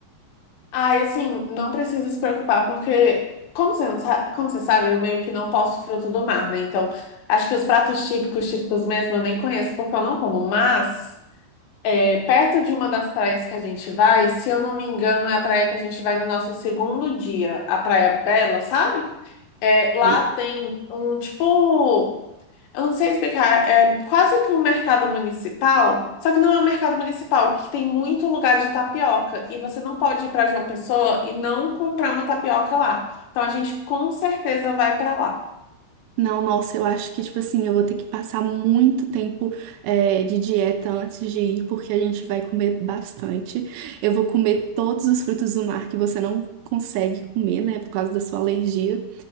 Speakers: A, on the left; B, on the right.
A: Ai, assim, não precisa se preocupar, porque, como você não sabe, como você sabe, eu meio que não posso fruto do mar, né? Então, acho que os pratos típicos, típicos mesmo, eu nem conheço, porque eu não como. Mas, é, perto de uma das praias que a gente vai, se eu não me engano, é a praia que a gente vai no nosso segundo dia, a Praia Bela, sabe? É, lá
B: E-
A: tem um, tipo, eu não sei explicar, é quase que um mercado municipal, só que não é um mercado municipal, que tem muito lugar de tapioca e você não pode ir para João Pessoa e não comprar uma tapioca lá. Então a gente com certeza vai para lá.
B: Não, nossa, eu acho que, tipo assim, eu vou ter que passar muito tempo, é, de dieta antes de ir, porque a gente vai comer bastante. Eu vou comer todos os frutos do mar que você não consegue comer, né, por causa da sua alergia.